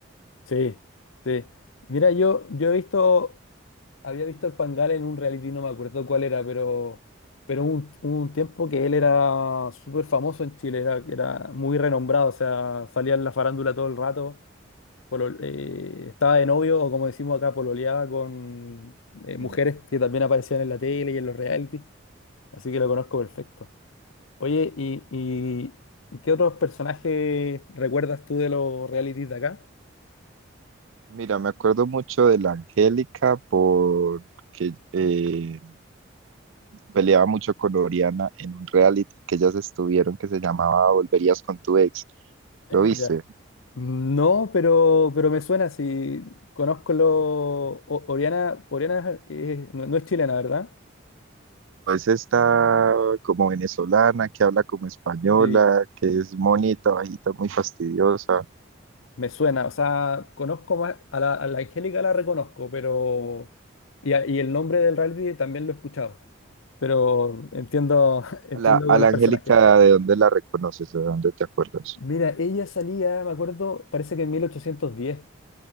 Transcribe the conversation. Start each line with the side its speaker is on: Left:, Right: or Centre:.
Left: sí, sí. Mira, yo, yo he visto, había visto al Pangal en un reality, no me acuerdo cuál era, pero, pero un, un tiempo que él era súper famoso en Chile, era, era muy renombrado, o sea, salía en la farándula todo el rato, polo- eh, estaba de novio, o como decimos acá, pololeaba con eh, mujeres
Right: Mm,
Left: que también aparecían en la tele y en los reality. Así que lo conozco perfecto. Oye, ¿y, y, y qué otros personajes recuerdas tú de los realities de acá?
Right: Mira, me acuerdo mucho de la Angélica porque eh, peleaba mucho con Oriana en un reality que ellas estuvieron que se llamaba Volverías con tu ex. ¿Lo viste?
Left: Ya. No, pero, pero me suena si conozco lo... O- Oriana, Oriana es- no, no es chilena, ¿verdad?
Right: es esta como venezolana que habla como española,
Left: Sí,
Right: que es monita, bajita, muy fastidiosa.
Left: me suena. O sea, conozco más... A la, a la Angélica la reconozco, pero... Y, a- y el nombre del reality también lo he escuchado. Pero entiendo, <laughs> entiendo
Right: A la, a
Left: con
Right: la
Left: los
Right: Angélica,
Left: personajes.
Right: ¿de dónde la reconoces? ¿De dónde te acuerdas?
Left: Mira, ella salía, me acuerdo, parece que en 1810.